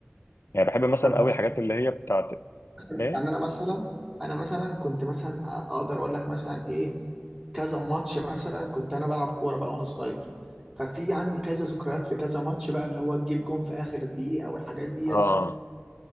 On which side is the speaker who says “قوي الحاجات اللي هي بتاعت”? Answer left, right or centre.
Left